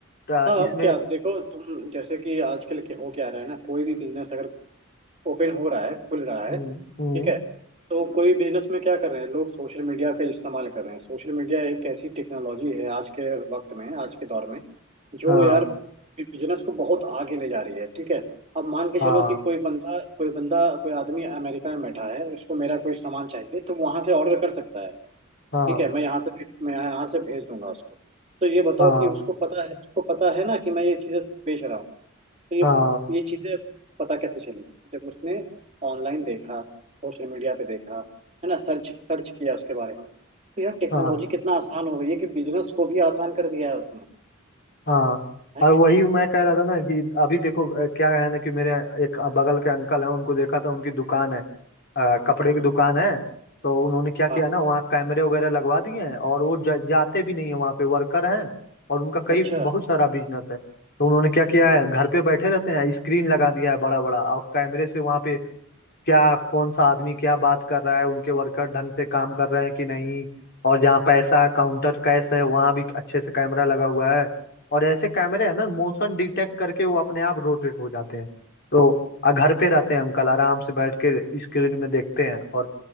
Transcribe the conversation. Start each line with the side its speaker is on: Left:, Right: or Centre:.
Left: ता-
Right: हाँ
Left: इसमें
Right: अब क्या अब देखो तुम जैसे कि आजकल के हो क्या रहा है ना कोई भी बिजनेस अगर ओपन हो रहा है खुल रहा है
Left: हम्म
Right: ठीक
Left: हम्म,
Right: है तो कोई बिजनेस में क्या कर रहे हैं लोग सोशल मीडिया का इस्तेमाल कर रहे हैं सोशल मीडिया एक ऐसी टेक्नोलॉजी है आज के वक्त में आज के दौर में जो
Left: हाँ
Right: यार बिजनेस को बहुत आगे ले जा रही है ठीक है अब मान के
Left: हाँ
Right: चलो कि कोई बंदा कोई बंदा कोई आदमी अमेरिका में बैठा है उसको मेरा कोई सामान चाहिए तो वहां से ऑर्डर कर सकता है
Left: हाँ
Right: ठीक है मैं यहाँ से मैं यहाँ से भेज दूंगा उसको तो ये बताओ
Left: हाँ
Right: कि उसको पता है उसको पता है ना कि मैं ये चीजें बेच रहा हूँ तो ये
Left: हाँ
Right: ये चीजें पता कैसे चली जब उसने ऑनलाइन देखा सोशल मीडिया पे देखा है ना सर्च सर्च किया उसके बारे में तो यार टेक्नोलॉजी
Left: हाँ
Right: कितना आसान हो गई है कि बिजनेस को भी आसान कर दिया है उसने
Left: हाँ
Right: है
Left: और
Right: कि
Left: वही
Right: नहीं
Left: मैं कह रहा था ना कि अभी देखो अ, क्या है ना कि मेरे एक बगल के अंकल हैं उनको देखा था उनकी दुकान है अ, कपड़े
Right: हम्म,
Left: की दुकान है तो उन्होंने क्या किया
Right: हाँ
Left: ना वहाँ कैमरे वगैरह लगवा दिए हैं और वो जा, जाते भी नहीं है वहाँ पे वर्कर हैं और उनका कई
Right: अच्छा
Left: बहुत सारा बिजनेस है तो उन्होंने क्या किया
Right: हम्म,
Left: है घर पे बैठे रहते हैं स्क्रीन लगा दिया है बड़ा बड़ा और कैमरे से वहाँ पे क्या कौन सा आदमी क्या बात कर रहा है उनके वर्कर ढंग से काम कर रहे हैं कि नहीं और जहाँ पैसा काउंटर कैश है वहाँ भी अच्छे से कैमरा लगा हुआ है और ऐसे कैमरे हैं ना मोशन डिटेक्ट करके वो अपने आप रोटेट हो जाते हैं तो अ, घर पे रहते हैं अंकल आराम से बैठ के स्क्रीन में देखते हैं और